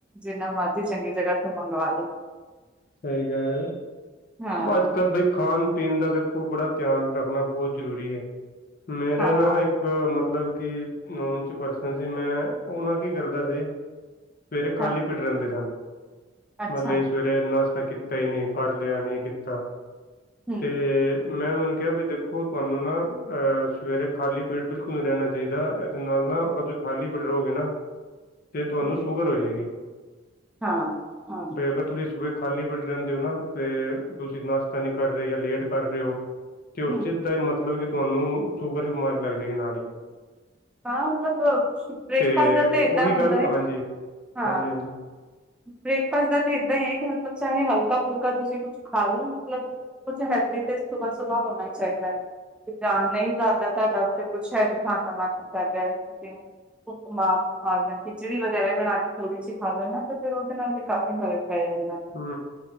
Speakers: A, in the centre; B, on the left (about 50°).
A: ਜਿੰਨਾ ਮਰਜ਼ੀ ਚੰਗੀ ਜਗ੍ਹਾ ਤੋ ਮੰਗਵਾ ਦੋ।
B: ਸਹੀ ਕਹਿ ਰਹੇ ਹੋ।
A: ਹਾਂ
B: ਬਸ ਅੱਜ-ਕੱਲ੍ ਬਈ ਖਾਣ ਪੀਣ ਦਾ ਤਾਂ ਕੋ ਬੜਾ ਧਿਆਨ ਰੱਖਣਾ ਬਹੁਤ ਜ਼ਰੂਰੀ ਏ। ਮੇਰੇ
A: ਹਾਂ
B: ਨਾ ਇੱਕ ਹਾਂ ਮਤਲਬ ਕਿ ਨੋਨ ਚ ਪਰਸਨ ਸੀ ਮੈਂ ਉਹ ਨਾ ਕੀ ਕਰਦਾ ਸੀ। ਸਵੇਰੇ ਖਾਲੀ
A: ਹਾਂ
B: ਪੇਟ ਰਹਿੰਦੇ ਸਨ <inaudible>
A: ਅੱਛਾ
B: ਮਤਲਬ ਕਿ ਸਵੇਰੇ ਨਾਸ਼ਤਾ ਕੀਤਾ ਹੀ ਨਹੀਂ ਪੜ ਲਿਆ ਨੀ ਕੀਤਾ <inaudible>
A: ਹਮ
B: ਤੇ ਮੈਂ ਉਹਨਾਂ ਨੂੰ ਕਿਹਾ ਵੀ ਦੇਖੋ ਤੁਹਾਨੂੰ ਨਾਂ ਅ ਸਵੇਰੇ ਖਾਲੀ ਪੇਟ ਬਿਲਕੁਲ ਨਹੀਂ ਰਹਿਣਾ ਚਾਹੀਦਾ। ਤੇ ਨਾਲ-ਨਾਲ ਨਾਂ ਅਗਰ ਤੁਸੀਂ ਖਾਲੀ ਪੇਟ ਰਹੋਗੇ ਨਾਂ ਤੇ ਤੁਹਾਨੂੰ
A: ਹਮ
B: ਸ਼ੂਗਰ ਹੋ ਜਾਏਗੀ
A: ਹਾਂ
B: <inaudible>
A: ਹਾਂ
B: ਬ ਅਗਰ ਤੁਸੀਂ ਸੁਬਹ ਖਾਲੀ ਪੇਟ ਰਹਿੰਦੇ ਹੋ ਨਾਂ ਤੇ ਤੁਸੀਂ ਨਾਸ਼ਤਾ ਨੀ ਕਰ ਰਹੇ ਜਾਂ ਲੇਟ ਕਰ ਰਹੇ ਹੋ ਤੇ ਉਸ
A: ਹੂੰ
B: ਚੀਜ਼ ਦਾ ਹੀ ਮਤਲਬ ਕਿ ਤੁਹਾਨੂੰ ਸ਼ੂਗਰ ਦੀ ਬਿਮਾਰੀ ਲੱਗ ਜਾਏਗੀ ਨਾਲ ਹੀ
A: ਹਾਂ ਮਤਲਬ ਬ੍ਰੇਕਫਾਸਟ
B: ਤੇ
A: ਦਾ
B: ਉਹੀ
A: ਤੇ ਏਦਾਂ ਹੁੰਦਾ
B: ਗੱਲ
A: ਹੈ ਕਿ
B: ਹਾਂਜੀ-ਹਾਂਜੀ-ਹਾਂਜੀ
A: ਹਾਂ ਬ੍ਰੇਕਫਾਸਟ ਦਾ ਤਾਂ ਏਦਾਂ ਹੀ ਹੈ ਕਿ ਮਤਲਬ ਚਾਹੇ ਹਲਕਾ ਫੁਲਕਾ ਤੁਸੀਂ ਕੁਛ ਖਾ ਲਓ ਮਤਲਬ ਕੁਝ ਹੈਲਦੀ ਤੇ ਸੁਬਾਹ-ਸੁਬਾਹ ਹੋਣਾ ਚਾਹੀਦਾ ਹੈ। ਜਾਣ ਨਹੀਂ ਜਾਂਦਾ ਤੁਹਾਡਾ ਉਤੇ ਕੁੱਛ ਹੈਵੀ ਖਾਣ ਦਾ ਮਨ ਕਰ ਰਿਹਾ ਏ ਤੇ ਉਪਮਾਂ ਖਿਚੜੀ ਵਗੈਰਾ ਵੀ ਬਣਾ ਕੇ ਥੋੜੀ ਜੀ ਖਾ ਲੈਨਾਂ ਫਿਰ ਉਹਦੇ ਨਾਲ ਵੀ ਕਾਫ਼ੀ ਫਰਕ ਪੈ ਜਾਂਦਾ ਹੈ।
B: ਹੂੰ